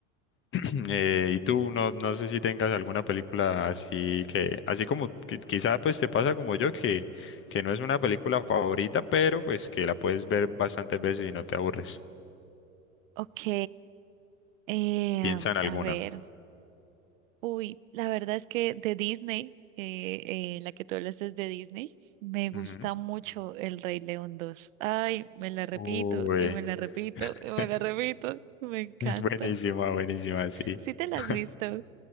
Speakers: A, on the left (about 30°); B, on the right (about 70°).
A: <clears throat> Eh, y tú, no, no sé si tengas alguna película así que, así como qui- quizá pues te pasa como yo, que, que no es una película favorita, pero pues que la puedes ver bastantes veces y no te aburres.
B: Ok, eh,
A: Piensa en alguna.
B: a ver. Uy, la verdad es que de Disney, que eh, la que tú hablas es de Disney, me gusta
A: Ujú.
B: mucho El Rey León dos. Ay, me la repito,
A: Uy,
B: y me la repito,
A: <laughs>
B: y me la repito. Me encanta.
A: buenísima, buenísima, sí.
B: ¿Sí te la
A: <laughs>
B: has visto?